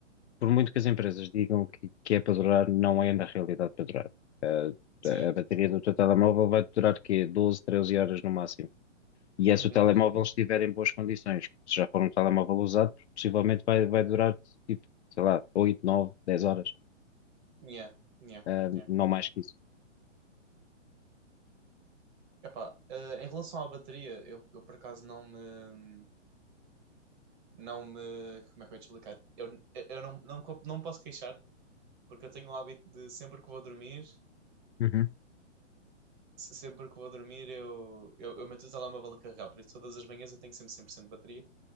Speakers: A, on the left; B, on the right.
A: por muito que as empresas digam que, que é para durar, não é na realidade para durar. A,
B: sim.
A: a bateria do teu telemóvel vai durar quê? doze 13 horas no máximo. E é
B: Uhum,
A: se o telemóvel
B: uhum.
A: estiver em boas condições. Se já for um telemóvel usado, possivelmente vai, vai durar tipo, sei lá, oito nove dez horas,
B: Yeah, yeah,
A: Hum,
B: yeah.
A: não mais que isso.
B: Epá, eh, em relação à bateria, eu, eu por acaso não me, não me, como é que eu ia te explicar? Eu, eu não, não, co- não me posso queixar, porque eu tenho o hábito de sempre que vou dormir,
A: Uhum,
B: se- sempre que vou dormir eu, eu, eu meto o telemóvel a carregar, por isso todas as manhãs eu tenho sempre 100% de bateria